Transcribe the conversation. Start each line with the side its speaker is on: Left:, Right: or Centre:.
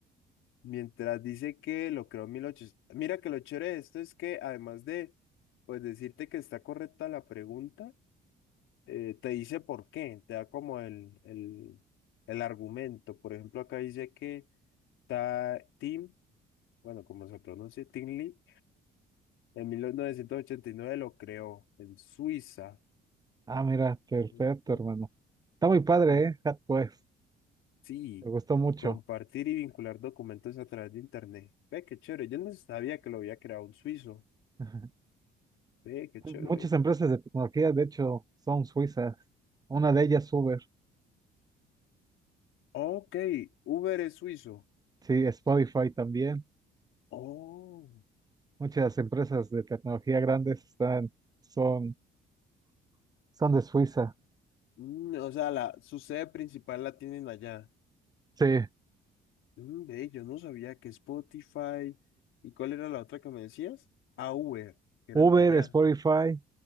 Left: Mientras dice que lo creó en 1800. Mira que lo chévere de esto es que además de pues decirte que está correcta la pregunta, eh, te dice por qué, te da como el, el, el argumento. Por ejemplo, acá dice que ta, Tim, bueno, como se pronuncia, Tim Lee, en 1989 lo creó en Suiza.
Right: Ah, mira, perfecto,
Left: Ok.
Right: hermano. Está muy padre,
Left: Com-
Right: ¿eh? Hat Quest.
Left: sí,
Right: Me gustó mucho.
Left: compartir y vincular documentos a través de Internet. Ve, qué chévere. Yo no sabía que lo había creado un suizo.
Right: <laughs>
Left: Ve, qué chévere.
Right: Muchas empresas de tecnología, de hecho, son suizas. Una de ellas, Uber.
Left: Ok, Uber es suizo.
Right: Sí, Spotify también.
Left: Oh,
Right: Muchas empresas de tecnología grandes están, son, son de Suiza.
Left: mm, o sea, la, su sede principal la tienen allá.
Right: Sí.
Left: Mm, ve, yo no sabía que Spotify. ¿Y cuál era la otra que me decías? Ah, Uber, que eran
Right: Uber,
Left: de allá.
Right: Spotify